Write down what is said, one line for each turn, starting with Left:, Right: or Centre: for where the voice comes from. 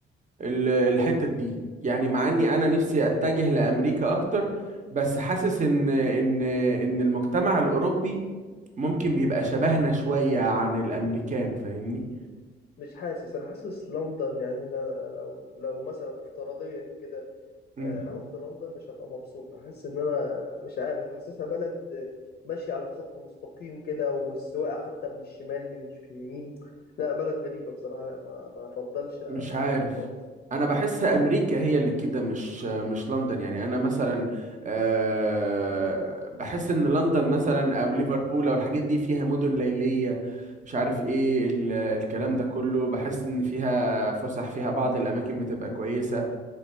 Right: الحتة دي يعني مع اني انا نفسي اتجه لامريكا اكتر بس حاسس ان ان ان المجتمع الاوروبي ممكن بيبقى شبهنا شوية عن الامريكان فاهمني
Left: مش حاسس انا حاسس لندن يعني ان انا لو لو مثلا افتراضيا كده
Right: مم.
Left: آه، رحت لندن مش هبقى مبسوط احس ان انا مش عارف حاسسها بلد آه، ماشيه على خط مستقيم كده والسواقه حتى من الشمال من مش من اليمين لا بلد غريبه بصراحه لا ما ما افضلش
Right: مش
Left: اشوفها
Right: عارف
Left: خالص
Right: انا بحس امريكا هي اللي كده مش مش لندن يعني انا مثلا آه، بحس ان لندن مثلا او ليفربول او الحاجات دي فيها مدن ليلية مش عارف ايه ال- الكلام ده كله بحس ان فيها فسح فيها بعض الاماكن بتبقى كويسة